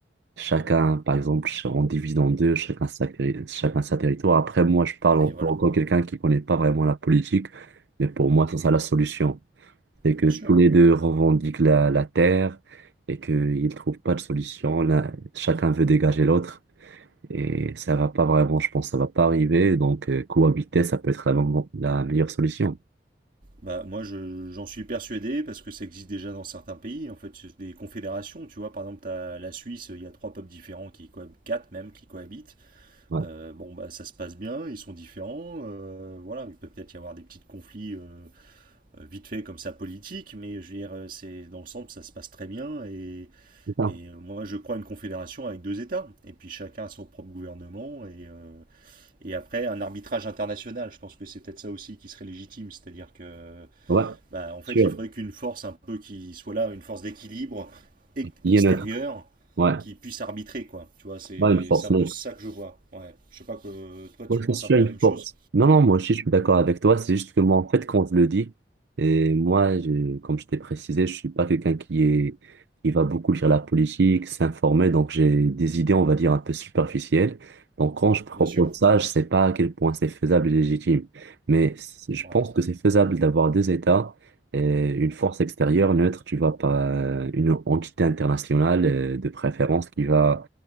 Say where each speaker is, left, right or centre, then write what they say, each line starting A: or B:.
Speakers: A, on the right; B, on the right.
A: chacun, par exemple, ch- on divise en deux, chacun sa, cri- chacun sa territoire. Après, moi, je parle encore
B: Et voilà.
A: tant quelqu'un qui connaît pas vraiment la politique, mais pour
B: Mhm.
A: moi, c'est ça la solution. C'est que
B: Bien sûr.
A: tous les deux revendiquent la, la terre et qu'ils ne trouvent pas de solution. Là, chacun veut dégager l'autre et ça va pas vraiment, je pense, ça va pas arriver. Donc, euh, cohabiter, ça peut être la, mo- la meilleure solution.
B: Bah, moi, je- j'en suis persuadé parce que ça existe déjà dans certains pays. En fait, c'est des confédérations, tu vois. Par exemple, t'as la Suisse, il y a trois peuples différents qui cohabitent, quatre même, qui cohabitent.
A: Ouais,
B: Euh, bon, bah, ça se passe bien, ils sont différents. euh, voilà, il peut peut-être y avoir des petits conflits euh, euh, vite fait comme ça politiques, mais je veux dire, euh, c'est dans l'ensemble, ça se passe très bien. Et,
A: c'est ça.
B: et, euh, moi, je crois à une confédération avec deux États. Et puis chacun a son propre gouvernement et, euh, Et après, un arbitrage international, je pense que c'est peut-être ça aussi qui serait légitime, c'est-à-dire que,
A: Ouais,
B: bah, en fait,
A: sûr.
B: il faudrait qu'une force un peu qui soit là, une force d'équilibre ex-
A: Il
B: extérieure,
A: est neutre. Ouais.
B: qui puisse arbitrer, quoi. Tu vois, c'est
A: Pas une force,
B: c'est un
A: non.
B: peu ça que je vois. Ouais. Je sais pas que toi, tu
A: Ouais,
B: penses
A: c'est sûr,
B: un peu
A: une
B: la même
A: force.
B: chose.
A: Non, non, moi aussi, je suis d'accord avec toi. C'est juste que moi, en fait, quand je le dis, et moi, je, comme je t'ai précisé, je suis pas quelqu'un qui est, qui va beaucoup lire la politique, s'informer. Donc, j'ai des idées, on va dire, un peu superficielles. Donc, quand je propose
B: Bien sûr.
A: ça, je sais pas à quel point c'est faisable et légitime. Mais c'est- je
B: Ouais.
A: pense que c'est faisable d'avoir deux États, et une force extérieure neutre, tu vois, pas une entité internationale, euh, de préférence qui va